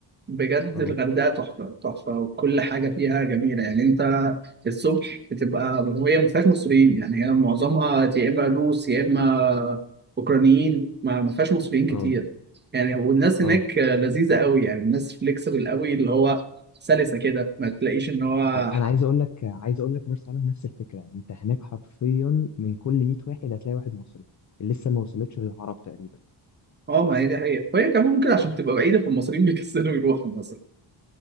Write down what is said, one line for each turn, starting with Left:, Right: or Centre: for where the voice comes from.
Right: بجد
Left: اه
Right: الغردقه تحفه تحفه وكل حاجه فيها جميله يعني انت الصبح بتبقى وهي ما فيهاش مصريين يعني هي معظمها يا اما روس يا اما اوكرانيين ما ما فيهاش مصريين كتير
Left: اه
Right: يعني والناس
Left: اه
Right: هناك لذيذه قوي يعني الناس فليكسبل قوي اللي هو سلسه كده ما تلاقيش ان هو
Left: انا
Right: ح-
Left: أنا عايز اقول لك عايز اقول لك مرسى علم نفس الفكره انت هناك حرفيا من كل 100 واحد هتلاقي واحد مصري لسه ما وصلتش للعرب تقريبا
Right: اه ما هي دي حقيقه وهي كمان ممكن عشان تبقى بعيده فالمصريين بيكسلوا يروحوا مصر